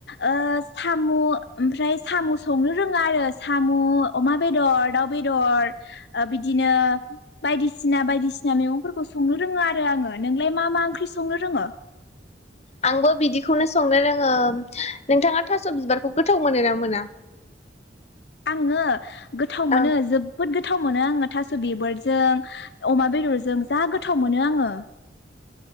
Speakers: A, on the left (about 65°); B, on the left (about 35°).
A: ओ साम' ओमफ्राय सामु संनो रोङा आरो सामु अमा बेदर, दाउ बेदर, ओ बिदिनो बायदिसिना बायदिसिना मैगंफोरखौ संनो रोङो आरो आङो नोंलाय मा मा ओंख्रि संनो रोङो?
B: आंबो बिदिखौनो संनो रोङो। नोंथाङा थास' बिबारखौ गोथाव मोनो ना मोना?
A: आङो गोथाव मोनो
B: औ
A: जोबोद गोथाव मोनो आङो थास' बिबारजों अमा बेदरजों जा गोथाव मोनो आङो।